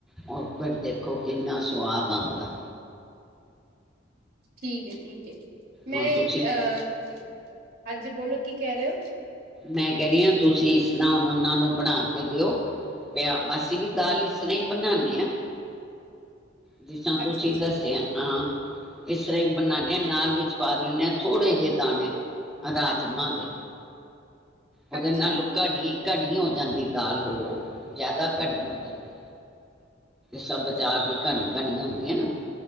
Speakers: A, in the centre; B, on the right (about 55°).
A: ਉਹ ਫਿਰ ਦੇਖੋ ਕਿੰਨਾ ਸਵਾਦ ਆਉਂਦਾ
B: ਠੀਕ ਏ ਠੀਕ ਕ ਮੈਂ
A: ਹੁਣ ਤੁਸੀਂ
B: ਅ ਹਾਂਜੀ। ਬੋਲੋ ਕੀ ਕਹਿ ਰਹੇ ਹੋ।
A: ਮੈਂ ਕਹਿ ਰਹੀ ਹਾਂ ਤੁਸੀਂ ਇਸ ਤਰ੍ਹਾਂ ਹੁਣ ਉਹਨਾਂ ਨੂੰ ਬਣਾ ਕੇ ਦਿਓ ਪਿਆ ਅਸੀਂ ਵੀ ਦਾਲ ਇਸ ਤਰ੍ਹਾਂ ਹੀ ਬਣਾਉਦੇ ਹਾਂ। ਜਿਸਿਸਾਂ
B: ਅੱਛਾ
A: ਤੁਸੀਂ
B: ਅੱਛਾ
A: ਦੱਸਿਆ ਹਾਂ। ਇਸ ਤਰ੍ਹਾਂ ਹੀ ਬਣਾਦੇ ਹਾਂ ਨਾਲ ਵਿੱਚ ਪਾ ਲੈਂਦੇ ਹਾਂ ਥੋੜੇ ਜਿਹੇ ਦਾਣੇ ਰਾਜਮਾਂ ਦੇ ਉਹਦੇ
B: ਅੱਛਾ
A: ਨਾਲ ਘਣੀ, ਘਣੀ ਹੋਦੀ ਜਾਂਦੀ ਦਾਲ ਹੋਰ ਜ਼ਿਆਦਾ ਘਣੀ ਹੋ ਜਾਂਦੀ। ਸ ਬਾਜ਼ਾਰ ਦੀ ਘਣੀ, ਘਣੀ ਹੁੰਦੀ ਹੈ ਨਾ